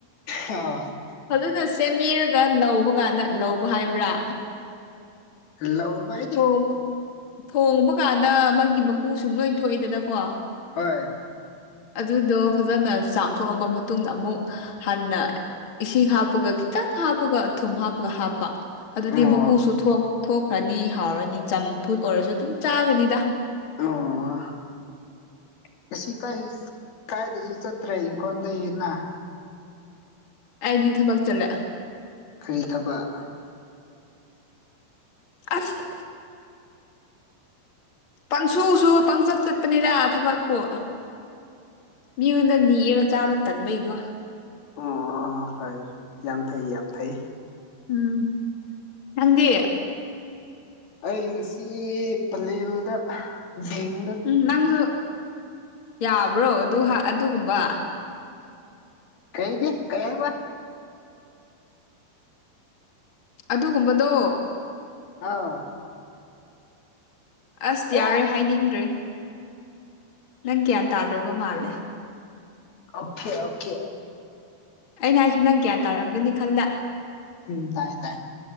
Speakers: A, on the left (about 65°); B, on the left (about 35°).
A: ꯑ <unintelligible>
B: ꯐꯖꯅ ꯁꯦꯝꯕꯤꯔꯒ ꯂꯧꯕ ꯀꯥꯟꯗ ꯂꯧꯕ ꯍꯥꯏꯕ꯭ꯔꯥ
A: ꯂꯧꯕ ꯑꯩꯗꯤ
B: ꯑꯣ ꯊꯣꯡꯕ ꯀꯥꯟꯗ ꯃꯥꯒꯤ ꯃꯀꯨꯁꯤꯡ ꯂꯣꯏ ꯊꯣꯛꯏꯗꯅꯀꯣ
A: ꯍꯣꯏ
B: ꯑꯗꯨꯗꯣ ꯐꯖꯅ ꯆꯥꯝꯊꯣꯛꯑꯕ ꯃꯇꯨꯡꯗ ꯑꯃꯨꯛ ꯍꯟꯅ ꯏꯁꯤꯡ ꯍꯥꯞꯄꯒ ꯈꯤꯇꯪ ꯍꯥꯞꯄꯒ ꯊꯨꯝ ꯍꯥꯞꯄꯒ ꯍꯥꯞꯄ ꯑꯗꯨꯗꯤ
A: ꯑꯣ
B: ꯃꯀꯨꯁꯨ ꯊꯣꯛ ꯊꯣꯛꯈ꯭ꯔꯅꯤ ꯍꯥꯎꯔꯅꯤ ꯆꯝꯐꯨꯠ ꯑꯣꯏꯔꯁꯨ ꯑꯗꯨꯝ ꯆꯥꯒꯅꯤꯗ
A: ꯑꯣ ꯉꯁꯤ ꯀꯥꯏꯁꯨ ꯀꯥꯏꯗꯁꯨ ꯆꯠꯇ꯭ꯔꯦ ꯏꯪꯈꯣꯜꯗꯩ ꯍꯦꯟꯅ
B: ꯑꯩꯗꯤ ꯊꯕꯛ ꯆꯠꯂꯦ
A: ꯀꯔꯤ ꯊꯕꯛ
B: ꯑꯁ ꯄꯪꯁꯨꯁꯨ ꯄꯪꯆꯠ ꯆꯠꯄꯅꯤꯗ ꯊꯕꯛꯄꯨ ꯃꯤꯉꯣꯟꯗ ꯅꯤꯔꯒ ꯆꯥꯕ ꯇꯟꯕꯩꯀꯣ
A: ꯑꯣ ꯐꯩ ꯌꯥꯝ ꯐꯩ ꯌꯥꯝ ꯐꯩ
B: ꯎꯝ ꯅꯪꯗꯤ
A: ꯑꯩ ꯉꯁꯤ ꯄꯂꯦꯜꯗ ꯗꯦꯡ
B: ꯎꯝ ꯅꯪꯁꯨ ꯌꯥꯕ꯭ꯔꯣ ꯑꯗꯨ ꯑꯗꯨꯒꯨꯝꯕ
A: ꯀꯩꯒꯤ ꯀꯩ ꯍꯥꯏꯕ
B: ꯑꯗꯨꯒꯨꯝꯕꯗꯣ
A: ꯑꯥꯎ
B: ꯑꯁ ꯌꯥꯔꯣꯏ
A: ꯑꯦ
B: ꯍꯥꯏꯅꯤꯡꯗ꯭ꯔꯦ ꯅꯪ ꯒ꯭ꯌꯥꯟ ꯇꯥꯗ꯭ꯔꯕ ꯃꯥꯜꯂꯦ
A: ꯑꯣꯛꯈꯦ ꯑꯣꯛꯈꯦ
B: ꯑꯩꯅ ꯍꯥꯏꯁꯤ ꯅꯪ ꯒ꯭ꯌꯥꯟ ꯇꯥꯔꯝꯒꯅꯤ ꯈꯟꯂꯦ
A: ꯎꯝ ꯇꯥꯏ ꯇꯥꯏ